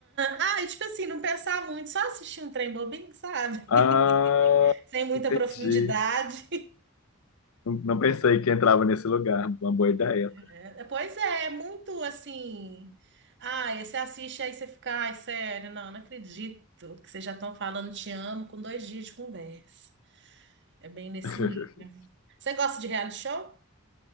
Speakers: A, on the right; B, on the left.
A: Ah, e tipo assim, não pensar muito, só assistir um trem bobinho, sabe?
B: Ah,
A: <laughs> Sem muita
B: entendi.
A: profundidade.
B: Não, não pensei que entrava nesse lugar. Uma boa ideia. tá?
A: É, pois é, é muito assim. Ai, você assiste aí você fica, ai, sério, não, não acredito que vocês já estão falando te amo com dois dias de conversa. É bem nesse
B: <laughs>
A: nível. Você gosta de reality show?